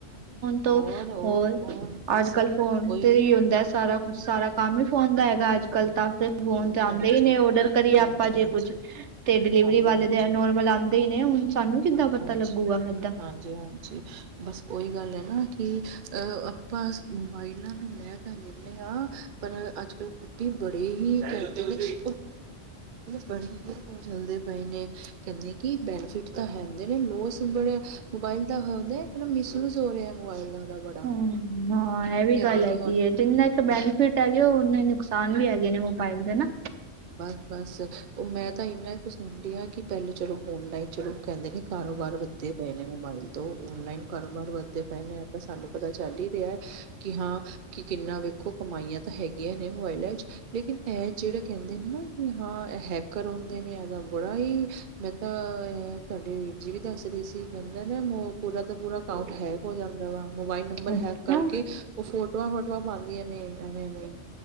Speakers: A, on the right (about 70°); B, on the right (about 50°).
A: ਤੋ
B: ਔਰ ਔਰ
A: ਹੋਰ
B: ਔਰ ਬਸ
A: ਅੱਜ-ਕੱਲ
B: ਉਹੀ
A: ਫੋਨ ਤੇ ਈ ਹੁੰਦੈ ਸਾਰਾ ਕੁਛ ਸਾਰਾ ਕੰਮ ਈ ਫੋਨ ਦਾ ਐਗਾ ਅੱਜ ਕੱਲ੍ਹ
B: ਹਾਂਜੀ
A: ਤਾਂ ਫਿਰ ਫੋਨ
B: ਹਾਂਜੀ
A: ਤੇ ਆਂਦੇ
B: ਹਾਂਜੀ
A: ਈ ਨੇ ਓਡਰ ਕਰੀਏ ਆਪਾ
B: ਹਾਂਜੀ
A: ਜੇ ਕੁੱਝ ਤੇ ਡਿਲੀਵਰੀ
B: ਹਾਂਜੀ
A: ਕਰ ਵਾਲੇ
B: ਹਾਂਜੀ
A: ਦੇ ਅੋਰਮਲ ਆਦੇ ਹੀ ਨੇ। ਹੁਣ ਸਾਨੂੰ ਕਿੱਦਾਂ ਪਤਾ
B: ਹਾਂਜੀ,
A: ਲੱਗੂਗਾ ਇਦਾਂ।
B: ਹਾਂਜੀ-ਹਾਂਜੀ। ਬੱਸ ਓਹੀ ਗੱਲ ਏ ਨਾ ਕਿ ਅ ਆਪਾਂ ਮੋਬਾਈਲਾਂ ਨੂੰ ਲੈ ਲੈਂਦੇ ਆ, ਪਰ ਅੱਜ-ਕੱਲ੍ਹ ਕੱਲ ' <unintelligible> ' ਬੜੇ ਹੀ ' <unintelligible> ' ਪੈਂਦੇ ਨੇ। ਬਣੇ ਉਹ ਚੱਲਦੇ ਪਏ ਨੇ। ਕਹਿੰਦੇ ਕਿ ਬੈਨੀਫਿਟ ਤਾਂ ਹੈਦੇ ਨੇ ਲੋਸ ਬੜਾ‌। ਮੋਬਾਇਲ ਦਾ ' <unintelligible> ' ਕਿਹਾ ਮਿਸਯੂਜ ਹੋ ਰਿਹਾ ਮੋਬਾਇਲ ਦਾ। ਉਹਦਾ ਬੜਾ
A: ਹਮ, ਹਾਂ, ਇਹ ਵੀ
B: ਕਹਿੰਦਾ
A: ਗੱਲ ਐ
B: ਕਿ ਹੁਣ
A: ਜਿੰਨੇ ਇੱਕ
B: ਹਾਂ
A: ਬੇਨੀਫਿਟ ਹੈਗੇ, ਉਹਨੇ ਨੁਕਸਾਨ ਵੀ ਹੈਗੇ ਨੇ ਮੋਬਾਇਲ ਦੇ ਨਾ।
B: ਬੱਸ-ਬੱਸ। ਉਹ ਮੈਂ ਤਾਂ ਇੰਨਾ ਕੁ ਸੁਣਦੀ ਹਾਂ ਕਿ ਪਹਿਲੇ ਚਲੋ ਹੋਣ ਲ ਹੀ ਚਲੋ ਕਹਿੰਦੇ ਨੇ ਕਾਰੋਬਾਰ ' <unintelligible> ' ਪਏ ਨੇ ਮੋਬਾਈਲ। ਤੋਂ ਓਨਲਾਈਨ ਕਾਰੋਬਾਰ ਵੱਧਦੇ ਪਾਏ ਨੇ ਇਹ ਤਾਂ ਸਾਨੂੰ ਪਤਾ ਚੱਲ ਹੀ ਰਿਹਾ ਕਿ, ਹਾਂ। ਕਿ ਕਿੰਨਾ ਵੇਖੋ ਕਮਾਈਆਂ ਤਾਂ ਹੈਗੀਆਂ ਨੇ ਮੋਬਾਈਲਾਂ 'ਚ' ਲੇਕਿਨ ਐ ਜਿਹੜਾ ਕਹਿੰਦੇ ਨੇ ਨਾ ਕਿ ਹਾਂ ਇਹ ਹੈਕਰ ਹੁੰਦੇ ਨੇ। ਇਹਦਾ ਬੜਾ ਹੀ, ਮੈਂ ਤਾਂ, ਤੁਹਾਡੇ ਜੀ ਵੀ ਦੱਸ ਰਹੀ ਸੀ ਕਹਿੰਦੇ ਨੇ ਮ ਪੂਰਾ ਦਾ ਪੂਰਾ। ਅਕਾਊਟ ਹੈਕ ਹੋ ਜਾਂਦਾ ਵਾ, ਮੋਬਾਈਲ ਨੰਬਰ
A: ਅੱਛਾ
B: ਹੈਕ ਕਰਕੇ ਉਹ ਫੋਟੋਆਂ ਫੋਟੋਆਂ ਪਾਦੀਆਂ ਨੇ। ਐਵੇਂ-ਐਵੇਂ